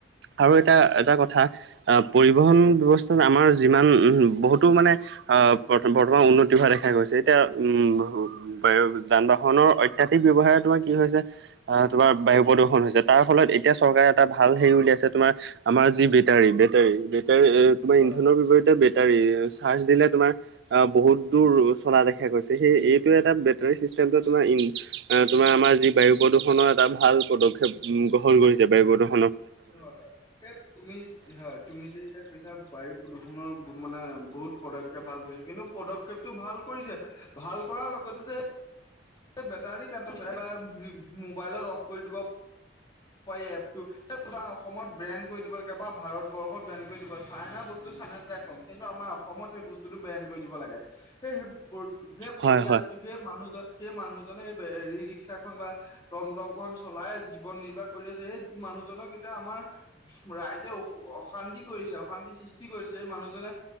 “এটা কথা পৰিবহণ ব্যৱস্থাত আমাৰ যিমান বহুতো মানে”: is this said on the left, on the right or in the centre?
Right